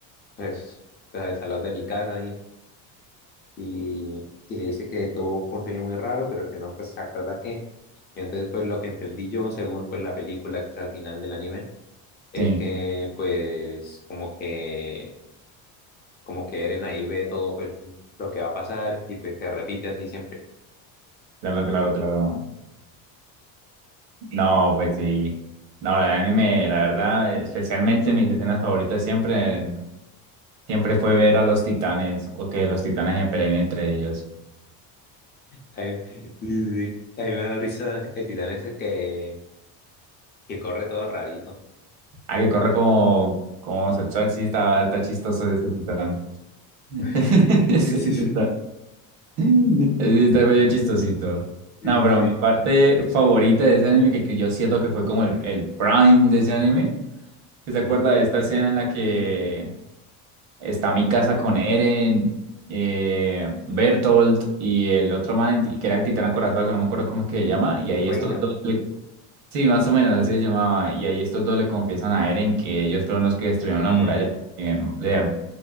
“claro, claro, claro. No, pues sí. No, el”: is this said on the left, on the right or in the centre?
Right